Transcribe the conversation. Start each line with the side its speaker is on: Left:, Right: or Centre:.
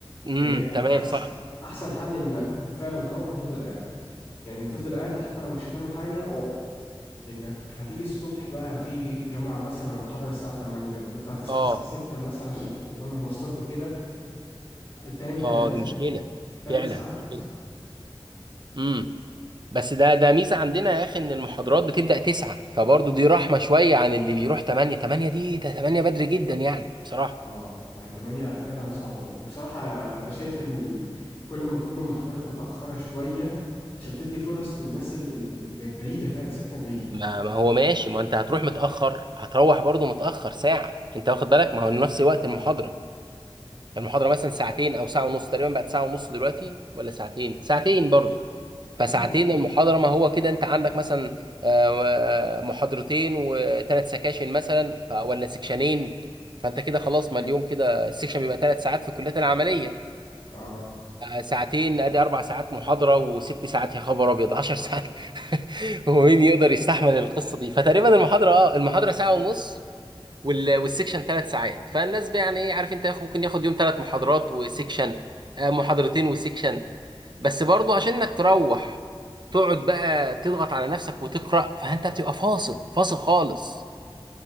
Right: امم
Left: فهي
Right: تمام
Left: احسن
Right: صح
Left: احسن حل انك فعلا تروح وتفضل قاعد يعني تفضل قاعد حتى لو مش هتعمل حاجه اقعد انك هتيجي الصبح بقى في جامعة مثلا محاضرة الساعة 8 طب انت هتصحى
Right: اه
Left: الساعة 6 مثلا عشان قبل المواصلات وكده تنام 3
Right: اه دي مشكله
Left: 3
Right: فعلا
Left: ساعات
Right: مشكله امم بس ده ده ميزه عندنا يا اخي ان المحاضرات بتبدا 9 فبرضه دي رحمه شويه عن اللي بيروح 8 8 دي ده 8 بدري جدا يعني بصراحه
Left: اه والله 8 فعلا صعبة وبصراحة انا شايف ان ال... كل ما تكون المحاضرات متأخرة شوية عشان تدي فرص للناس ال- ال- اللي بعيدة فعلا اللي ساكنة بعيد
Right: ما ما هو ماشي ما انت هتروح متاخر هتروح برضه متاخر ساعه انت واخد بالك ما هو نفس وقت
Left: اه
Right: المحاضره المحاضره مثلا ساعتين او ساعه ونص تقريبا بقت ساعه ونص دلوقتي ولا ساعتين ساعتين برضه
Left: آه
Right: فساعتين
Left: يعني
Right: المحاضرة ما هو كده انت عندك مثلا آه، محاضرتين وثلاث سكاشن مثلا ف- ولا سكشنين فانت كده خلاص ما اليوم كده السكشن بيبقى ثلاث ساعات في الكليات العملية
Left: اه
Right: ساعتين ادي اربع ساعات محاضرة وست ساعات يا خبر ابيض 10 ساعات <laughs> هو مين يقدر يستحمل القصة دي فتقريبا المحاضرة اه المحاضرة ساعة ونص وال- والسكشن ثلاث ساعات فالناس بقى يعني ايه عارف انت ياخد- ممكن ياخد يوم ثلاث محاضرات وسكشن آه، محاضرتين وسكشن بس برضو عشان انك تروح تقعد بقى تضغط على نفسك وتقرا فانت بتبقى فاصل فاصل خالص